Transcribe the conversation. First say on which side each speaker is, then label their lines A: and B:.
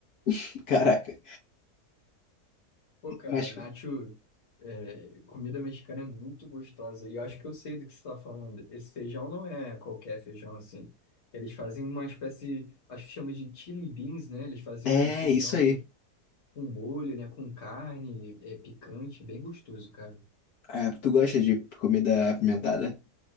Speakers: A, on the left (about 70°); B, on the left (about 45°).
A: que caraca.
B: Pô, cara,
A: Mas
B: Nacho, é, comida mexicana é muito gostosa. E eu acho que eu sei do que você está falando. Esse feijão não é qualquer feijão assim. Eles fazem uma espécie, acho que chama de chili beans, né? Eles fazem
A: é
B: um feijão
A: isso aí.
B: com molho, né? Com carne, é, picante, bem gostoso, cara.
A: É, tu gosta de comida apimentada?